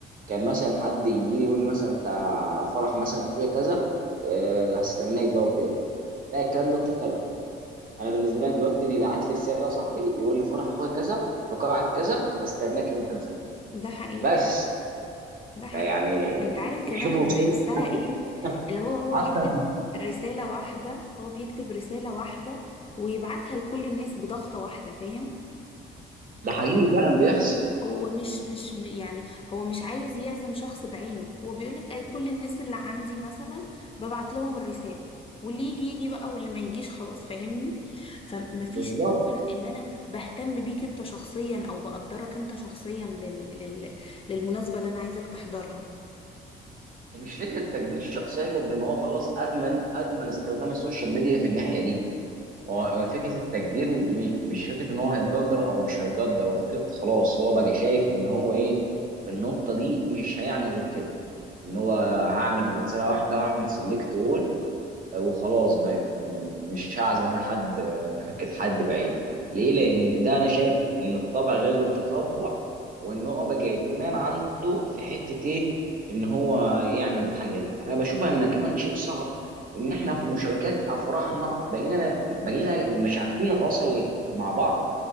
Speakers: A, on the right; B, on the left.
A: كان مثلا حد يجي لي يقول لي مثلا انت فرح مثلا اخويا كذا آه، هستناك بقى وكده لا الكلام ده اختلف انا بالنسبه لي دلوقتي بيبعت لي رساله صاحبي يقول لي فرح اخويا كذا في قاعه كذا هستناك يوم كذا
B: ده حقيقي
A: بس
B: ده حقيقي
A: يعني
B: أنت عارف كمان
A: شوفوا
B: أنا
A: وصلنا
B: بحسها
A: لحد
B: إيه اللي هو هو
A: حتى
B: بيكتب رسالة واحدة هو بيكتب رسالة واحدة ويبعتها لكل الناس بضغطة واحدة فاهم
A: ده حقيقي فعلا بيحصل
B: هو مش مش م- يعني هو مش عايز يعزم شخص بعينه هو بيقول لك آه، كل الناس اللي عندي مثلا ببعت لهم الرسالة واللي يجي يجي بقى واللي ما يجيش خلاص فاهمني فمفيش
A: بالظبط
B: اللي هو ان إن انا بهتم بيك انت شخصيا او بقدرك انت شخصيا لل... لل... للمناسبة اللي انا عايزك تحضرها
A: مش فكره تجديد الشخصيه قد ما هو خلاص ادمن ادمن استخدام السوشيال ميديا في الناحيه دي هو هو فكره التجدير م- مش فكره ان هو هيقدر او مش هيقدر هو فكره خلاص هو بقى شايف ان هو ايه في النقطه دي مش هيعمل غير كده ان هو هعمل رساله واحده واعمل سيلكت اول وخلاص بقى مش هعزم انا حد بفكة حد بعيد ليه
B: مم.
A: لان ده انا شايف ان الطبع غير التطبع وان هو بقى ادمان عنده في حتة ايه ان هو يعمل الحاجة دي انا بشوفها ان كمان شيء صعب ان احنا في مشاركات افراحنا بقينا بقينا مش عارفين نتواصل مع بعض